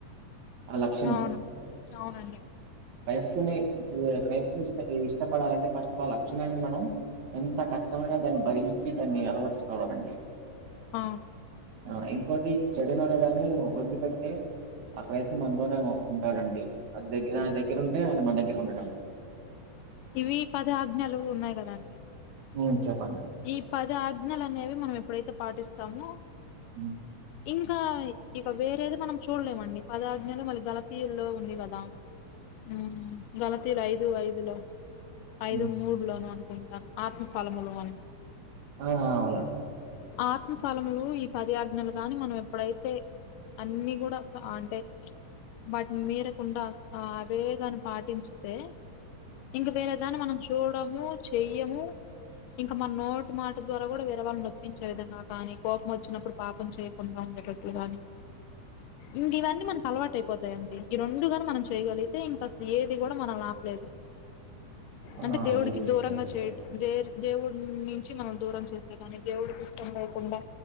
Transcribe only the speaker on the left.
అవును. అవునండి.
ఆ
ఇవి పది ఆజ్ఞలు ఉన్నాయి కదండి
ఈ పది ఆజ్ఞలు అనేవి మనం ఎప్పుడైతే పాటిస్తామో
ఇంకా ఇక వేరేది మనం చూడలేమండి పది ఆజ్ఞలు మళ దళతీయుల్లో ఉంది కదా ఉ గలథీరు ఐదు ఐదులో ఐదు
మూడులోను అనుకుంటాను ఆత్మఫలములు అని
ఆత్మఫలములు ఈ పది ఆజ్ఞలు గాని మనం ఎప్పుడైతే అన్ని కూడా సా అంటే వాటిని మీరకుండా అవేగాని పాటిస్తే ఇంక వేరేదాన్ని మనం చూడము చెయ్యము ఇంకా మన నోటు మాట ద్వారా కూడా వేరే వాళ్ళు నొప్పించే విధంగా కానీ కోపం వచ్చినప్పుడు పాపం చేయకుండా ఉండేటట్లు గాని ఇంక ఇవన్నీ మనకి అలవాటు అయిపోతాయండి ఈ రెండుగాని మనం చేయగలిగితే ఇంక అసలు ఏది కూడా మనం ఆపలేదు
అంటే దేవుడికి
దూరంగా
చేయడం దే దేవుడి నుంచి మనం దూరం చేస్త మన దేవుడు కి ఇష్టం లేకుండా